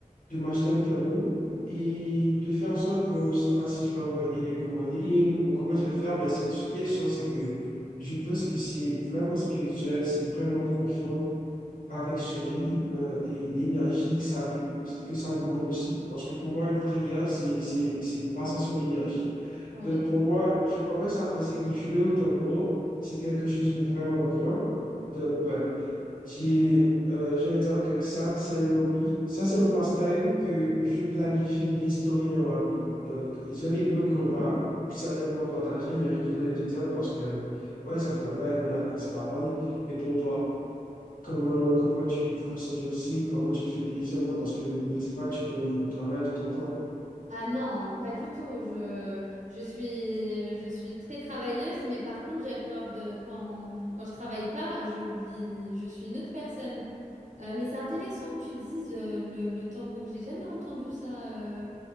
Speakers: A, on the left; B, on the right.
A: de m'acheter un tambour et de faire en sorte, bon, je sais pas si je vais regarder les cours en ligne ou comment je vais faire, mais c'est- ce qui est sûr, c'est que je pense que c'est vraiment spirituel, c'est vraiment profond avec ce rythme et l'énergie que ça, dem- que ça demande aussi. Parce que pour moi, une prière, c'est, c'est, c'est une passation d'énergie.
B: ouais.
A: Donc pour moi, je commence à penser que jouer au tambour, c'est quelque chose de vraiment grand. Donc ouais, j'ai, euh, je vais dire que ça, c'est un hobby. Ça, c'est un pastime que je planifie d'instaurer dans ma vie. Donc, j'en ai d'autres qu'on
B: Hum.
A: va certainement partager, mais je voulais te dire parce que, ouais, ça fait un bail qu'on a- qu'on s'est pas parlé. Et pour toi? Comment, comment tu vis ces jours-ci? Comment tu te fais plaisir? Parce que ne dis pas que tu donnes au travail tout ton temps.
B: Ah non, euh, pas du tout. Je, je suis, je suis très travailleuse, mais par contre, j'accorde euh, quand, quand je travaille pas, j'oublie, je suis une autre personne. Euh, mais c'est intéressant que tu dises euh, le, le tambour. J'ai jamais entendu ça. euh.